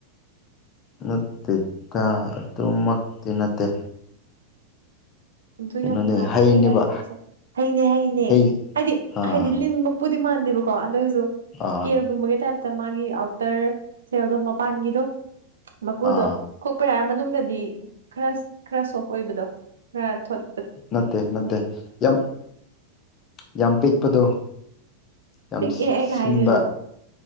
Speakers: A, on the left (about 30°); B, on the right (about 70°).
A: ꯅꯠꯇꯦꯗ ꯑꯗꯨꯃꯛꯇꯤ ꯅꯠꯇꯦ
B: ꯑꯗꯨ
A: ꯀꯩꯅꯣꯅꯦ
B: ꯌꯥꯝ ꯃꯥꯂꯦ
A: ꯍꯩꯅꯦꯕ
B: ꯅꯪ ꯍꯥꯏꯕꯁꯦ ꯍꯩꯅꯦ ꯍꯩꯅꯦ
A: ꯍꯩ
B: ꯍꯥꯏꯗꯤ
A: ꯑꯥ
B: ꯍꯥꯏꯗꯤ ꯂꯤꯟ ꯃꯀꯨ ꯄꯨꯨꯗꯤ ꯃꯥꯟꯗꯦꯕꯀꯣ ꯑꯗꯨꯑꯣꯏꯁꯨ ꯏꯁꯀꯦꯜꯒꯨꯝꯕꯒꯤ
A: ꯑꯥ
B: ꯇꯥꯏꯞ ꯃꯥꯒꯤ ꯑꯥꯎꯇꯔ ꯁꯦꯜꯗꯣ ꯃꯄꯥꯟꯒꯤꯗꯣ ꯃꯀꯨꯗꯣ
A: ꯑꯥ
B: ꯈꯣꯛꯄ ꯌꯥꯔ ꯃꯅꯨꯡꯗꯗꯤ ꯈꯔ ꯈꯔ ꯁꯣꯐ ꯑꯣꯏꯕꯗꯣ ꯈꯔ ꯊꯣꯠ
A: ꯅꯠꯇꯦ ꯅꯠꯇꯦ ꯌꯥꯝ ꯌꯥꯝ ꯄꯤꯛꯄꯗꯣ ꯌꯥꯝ
B: ꯄꯤꯛꯑꯦ ꯑꯩꯅ
A: ꯁꯤꯟꯕ
B: ꯍꯥꯏꯁꯤꯁꯨ